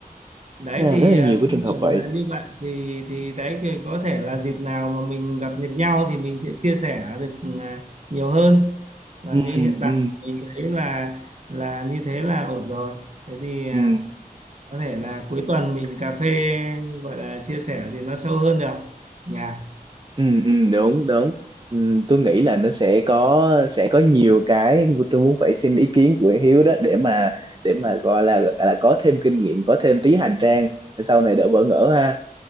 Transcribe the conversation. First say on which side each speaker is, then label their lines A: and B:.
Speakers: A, on the right (about 50°); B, on the right (about 30°).
A: đấy
B: Nên
A: thì
B: rất là
A: à,
B: nhiều
A: quan
B: cái trường hợp
A: điểm
B: vậy
A: là như vậy thì thì đấy thì có thể là dịp nào mà mình gặp được nhau thì mình sẽ chia sẻ được à, nhiều hơn và
B: ừ
A: như hiện tại
B: ừ
A: mình thấy là là như thế là ổn rồi thế thì à,
B: ừ
A: có thể là cuối tuần mình cà phê gọi là chia sẻ thì nó sâu hơn được nhà
B: ừ ừ, đúng đúng ừ, tôi nghĩ là nó sẽ có sẽ có nhiều cái tôi muốn phải xin ý kiến của Hiếu đó để mà để mà gọi là là có thêm kinh nghiệm có thêm tí hành trang sau này đỡ bỡ ngỡ ha